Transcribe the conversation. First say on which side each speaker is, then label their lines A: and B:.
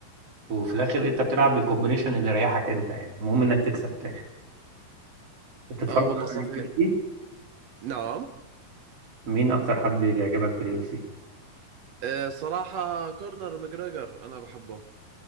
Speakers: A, on the right; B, on the right.
A: وفي الاخر انت بتلعب بالكومبينيشن اللي يريحك انت يعني المهم انك تكسب في الاخر بتتفرج
B: اه والله صحيح
A: على اليو اف سي
B: نعم
A: مين اكتر حد بيعجبك في اليو اف سي
B: آه، صراحه كورنر ماجريجر انا بحبه